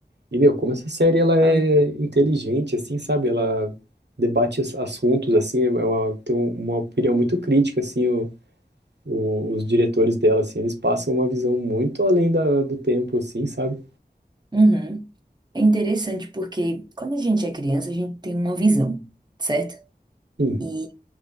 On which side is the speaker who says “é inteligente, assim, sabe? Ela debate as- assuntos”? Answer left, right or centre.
Right